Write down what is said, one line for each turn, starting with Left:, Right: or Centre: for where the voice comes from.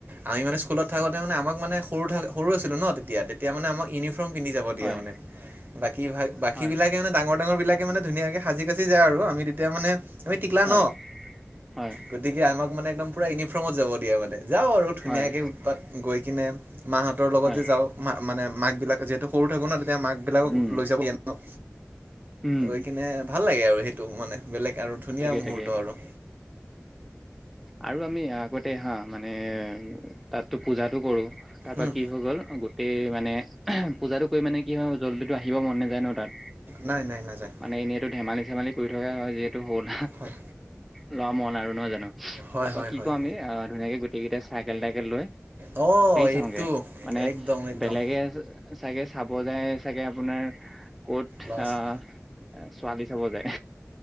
Right: আমি মানে স্কুলত থাকোঁতে মানে আমাক মানে সৰু থ সৰু হৈছিলো ন তেতিয়া তেতিয়া মানে আমাক ইউনিফৰ্ম, পিন্ধি যাব দিয়ে
Centre: হয়
Right: মানে বাকী বাকী
Centre: হয়
Right: বিলাকে মানে ডাঙৰ ডাঙৰ বিলাক মানে ধুনীয়াকে সাজি কাচি যায় আৰু আমি তেতিয়া মানে আমি টিকলা
Centre: হয়
Right: ন।
Centre: হয়
Right: গতিকে আমাক মানে একদম পূৰা ইউনিফৰ্মত যাব দিয়ে মানে যাওঁ আৰু ধুনীয়াকৈ
Centre: হয়
Right: উৎপাত গৈ কিনে মাহঁতৰ লগতে
Centre: হয়
Right: যাওঁ মা মানে মাক বিলাক যিহেতু সৰু থাকো ন তেতিয়া মাক বিলাকক
Centre: উম
Right: লৈ যাব দিয়ে ন।
Centre: উম
Right: গৈ কিনে ভাল লাগে আৰু সেইটো মানে। বেলেগ আৰু ধুনীয়া
Centre: তাকে
Right: মুহূৰ্ত
Centre: তাকে
Right: আৰু।
Centre: আৰু আমি আগতে হা মানে তাততো পূজাটো কৰোঁ। তাৰপা
Right: উম,
Centre: কি হৈ গ'ল গোটেই মানে পূজাটো কৰি মানে কি হয় জল্দিটো আহিব মন নাযায় ন তাত।
Right: নাই নাই নাযায়
Centre: মানে এনেইটো ধেমালি চেমালি কৰি থকাই হয় যিহেতু হ'ল
Right: হয়
Centre: ল'ৰা মন আৰু নহয় জানো
Right: হয়
Centre: তাৰ পৰা
Right: হয়
Centre: কি
Right: হয়
Centre: কৰো আমি ধুনীয়াকে গোটেই কেইটাই চাইকেল তাইকেল লৈ
Right: অ',
Centre: হেৰি চাওঁগে
Right: এইটো
Centre: মানে
Right: একদম একদম
Centre: বেলেগে চাগে চাব যায় চাগে আপোনাৰ ক'ত
Right: লাষ্ট
Centre: অ ছোৱালী চাব যায়